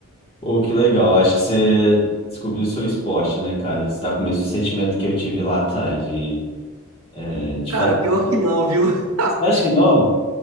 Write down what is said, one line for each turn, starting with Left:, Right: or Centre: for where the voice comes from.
Left: Pô, que legal. Acho que você descobriu o seu esporte, né, cara? Você tá com o mesmo sentimento que eu tive lá atrás, de, é, de
Right: Cara,
Left: fazer.
Right: pior que não, viu? <laughs>
Left: Você acha que não?